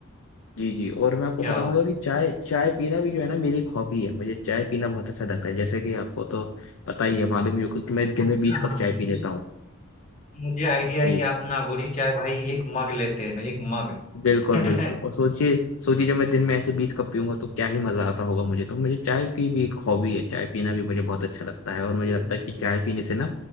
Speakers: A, on the left (about 70°); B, on the left (about 30°).
A: जी जी और मैं आपको
B: क्या
A: बताऊंगा
B: बात
A: कि चाय चाय पीना भी जो है ना मेरी एक हॉबी है मुझे चाय पीना बहुत अच्छा लगता है जैसे कि आपको तो पता ही है मालूम ही होगा कि मैं दिन
B: है।
A: में
B: अच्छा
A: बीस कप
B: हाँ
A: चाय
B: मुझे
A: पी लेता हूँ
B: मुझे आइडिया
A: जी
B: है कि
A: जी,
B: आप नागोरी चाय भाई एक मग लेते हैं एक मग <laughs>
A: बिल्कुल
B: बिल्कुल
A: बिल्कुल और सोचिए सोचिए जब मैं दिन में ऐसे बीस कप पीऊंगा तो क्या ही मजा आता होगा मुझे तो मुझे चाय की भी एक हॉबी है चाय पीना भी मुझे बहुत अच्छा लगता है और मुझे
B: बिल्कुल
A: लगता है कि चाय पीने से ना